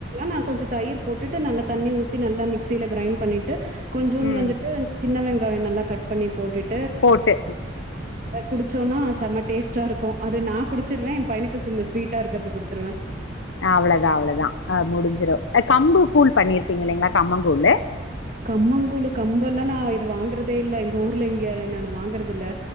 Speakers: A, on the right (about 40°); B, on the left (about 80°).
A: நா கொஞ்ச தயிர் போட்டுட்டு நல்லா தண்ணி ஊத்தி நல்லா மிக்சியில கிரைண்ட் பண்ணிட்டு கொஞ்சோண்டு
B: ம்
A: வந்துட்டு சின்ன வெங்காய கய நல்லா கட் பண்ணி போட்டுட்
B: போட்டு
A: குடிச்சோன்னா செம டேஸ்ட்டாருக்கு அது நா குடிச்சிருவே எ பையனுக்கு சிந்த ஸ்வீட்டா இருக்கிறது குடுத் துருவே
B: அவ்ளதா அவ்ளதா ஆ முடிஞ்சிடோ கம்பு கூழ் பண்ணிருப்பீங்க இல்லைங்களா கம்மங்கூழு
A: கம்மங்கூழு கம்பெல்லா நா இது வாங்கறதே இல்லலை எங்க ஊர்ல இங்க நானு வாங்கறது இல்ல